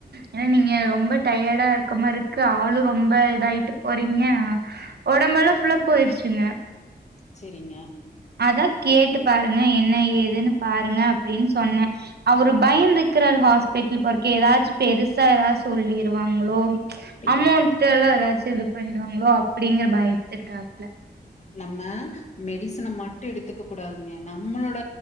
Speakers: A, on the right; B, on the left.
A: ஏனா நீங்க ரொம்ப டயர்டா இருக்க மாரி இருக்கு ஆளு ரொம்ப இதாயிட்டு போறீங்க ஒடம்பெல்லா புல்லா போயிருச்சுங்க
B: செரிங்க
A: அதா கேட்டு பாருங்க என்ன ஏதுன்னு பாருங்க அப்டின் சொன்ன அவரு பயந்து இக்கிறாரு ஹாஸ் பெட்டில் பார்க்கே ஏதாச்சு பெருசா ஏதாது சொல்லிருவாங்களோ
B: அப்படின்னா.
A: அமௌண்ட் தேல்ல ஏதாச்சி இது பண்ணிடுவாங்களோ அப்டிங்கிற பயத்து டாப்ல
B: நம்ம மெடிசன மட் எடுத்துக்க கூடாதுங்க நம்மளோட